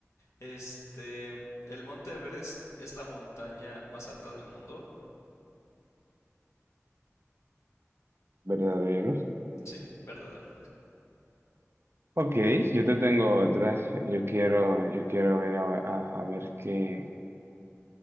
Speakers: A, on the left (about 70°); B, on the right (about 55°).
A: Este, el monte Everest es la montaña más alta del mundo.
B: Verdadero.
A: Sí, verdadero.
B: Ok, yo te tengo otra. Yo quiero, yo quiero ver a, a- a ver qué,